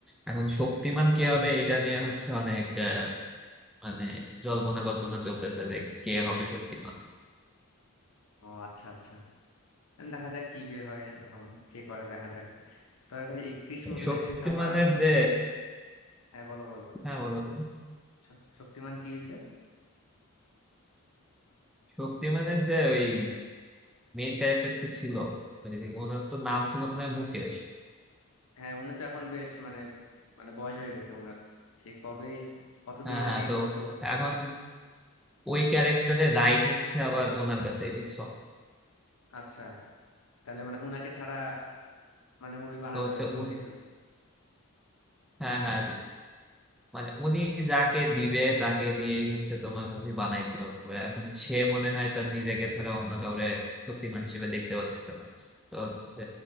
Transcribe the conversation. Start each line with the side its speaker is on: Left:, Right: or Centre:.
Centre: এখন শক্তিমান কে হবে এটা নিয়ে হচ্ছে অনেক আহ, মানে জল্পনা কল্পনা চলতেছে যে কে হবে শক্তিমান
Left: ও আচ্ছা আচ্ছা এখন দেখা যাক কি বের হয় এখন কে করে দেখা যাক তবে ভাই এই ক্রিশ মুভিটা
Centre: শক্তিমানের
Left: কিন্তু আমার
Centre: যে
Left: হ্যাঁ বলো বলো
Centre: হ্যাঁ বলো বলো।
Left: শ- শক্তিমান কি হয়েছে
Centre: শক্তিমানের যে ওই মেইন ক্যারেক্টারটা ছিল ওই যে ওনার তো নাম ছিল মনে হয় মুকেশ
Left: হ্যাঁ উনি তো এখন বেশ মানে মানে বয়স হয়ে গেছে ওনার সে কবে কতদিন
Centre: হ্যাঁ হ্যাঁ
Left: আগে
Centre: তো
Left: করতো
Centre: এখন ওই ক্যারেক্টারে রাইট হচ্ছে আবার ওনার কাছে বুঝছো
Left: আচ্ছা তাহলে মানে উনাকে ছাড়া মানে মুভি বানাবেন
Centre: তো হচ্ছে
Left: এরকম
Centre: উন
Left: কিছু
Centre: হ্যাঁ হ্যাঁ মানে উনি যাকে দিবে তাকে দিয়েই হচ্ছে তোমার মুভি বানাইতে হবে এখন সে মনে হয় তার নিজেকে ছাড়া অন্য কাউরে শক্তিমান হিসেবে দেখতে পাচ্ছে না তো হচ্ছে